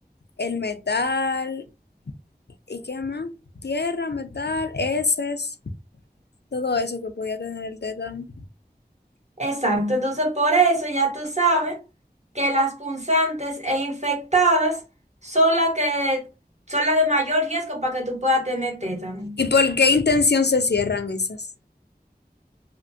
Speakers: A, on the left; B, on the right.
A: el metal, ¿y qué más? Tierra, metal, heces, todo eso que podía tener el tétano.
B: Exacto, entonces por eso ya tú sabes que las punzantes e infectadas son las que son las de mayor riesgo para que tú puedas tener tétano.
A: ¿Y por qué intención se cierran esas?